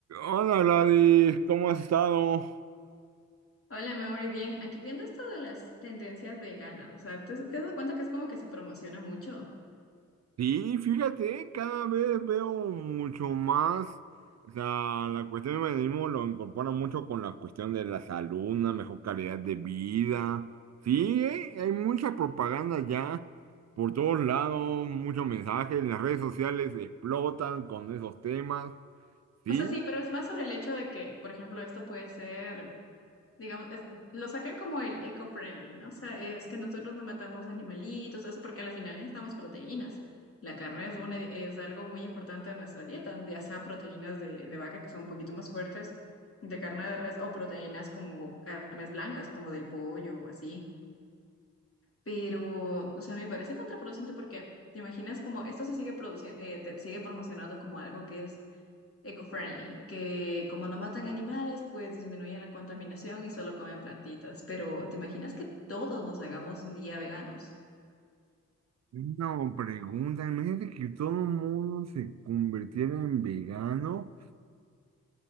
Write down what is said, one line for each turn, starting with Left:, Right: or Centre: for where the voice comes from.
Right: Hola Gladys, ¿cómo has estado?
Left: Hola Mauri, bien, aquí viendo esto de las tendencias veganas, o sea, ¿te, te has dado cuenta que es como que se promociona mucho?
Right: Sí, fíjate, cada vez veo mucho más, o sea, la cuestión del veganismo lo incorpora mucho con la cuestión de la salud, una mejor calidad de vida. Sí, eh, hay mucha propaganda ya por todos lados, muchos mensajes, las redes sociales explotan con esos temas. Sí,
Left: O sea, sí, pero es más sobre el hecho de que, por ejemplo, esto puede ser, digamos, es- lo sacan como el eco-friendly, ¿no? O sea, es que nosotros no matamos animalitos, eso, porque al final necesitamos proteínas. La carne es una, es algo muy importante de nuestra dieta, ya sea proteínas de, de vaca que son un poquito más fuertes, de carne de res, o proteínas como carnes blancas, como del pollo o así. Pero, o sea, me parece contraproducente porque te imaginas como esto se sigue produciendo, te sigue promocionando como algo que es eco-friendly, que como no matan animales, pues disminuyen la contaminación y solo comen plantitas. Pero, ¿te imaginas que todos nos hagamos un día veganos?
Right: no, pregunta, imagínate que todo el mundo se convirtiera en vegano.